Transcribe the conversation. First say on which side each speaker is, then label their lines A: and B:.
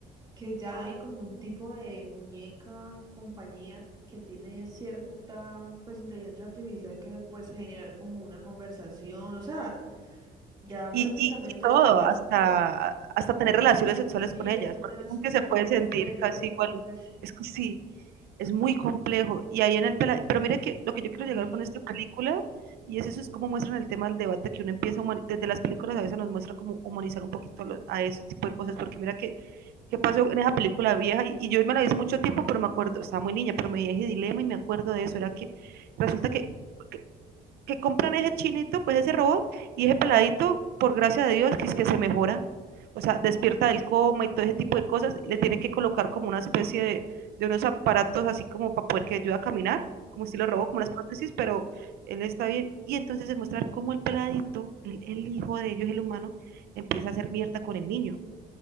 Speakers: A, on the right; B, on the right.
A: que ya hay como un tipo de muñeca, compañía que tiene cierta, pues, inteligencia artificial que puedes generar como una conversación, o sea, ya
B: y,
A: prácticamente
B: y, y todo,
A: eso no
B: hasta,
A: es como...
B: hasta tener relaciones sexuales
A: Sí,
B: con ellas,
A: eso
B: porque
A: ya no es
B: dicen
A: como
B: que se puede
A: un misterio.
B: sentir casi
A: es-
B: igual,
A: es-
B: es que sí, es muy complejo. Y ahí en el pela- pero mire que lo que yo quiero
A: Ahí,
B: llegar con esta película, y es eso, es cómo muestran el tema del debate que uno empieza, a desde las películas a veces nos muestran como humanizar un poquito a, lo- a ese tipo de cosas, porque mira que, qué pasó en esa película vieja, y, y yo me la vi hace mucho tiempo, pero me acuerdo, estaba muy niña, pero me dije dilema y me acuerdo de eso, era que resulta que, que que compran ese chinito, pues ese robot y ese peladito, por gracia de Dios, que es que se mejora. O sea, despierta del coma y todo ese tipo de cosas. Le tienen que colocar como una especie de, de unos aparatos así como para poder que ayude a caminar, como estilo robot,
A: sí,
B: como las prótesis, pero él está bien. Y entonces se muestra cómo el peladito, el, el hijo de ellos, el humano, empieza a hacer mierda con el niño.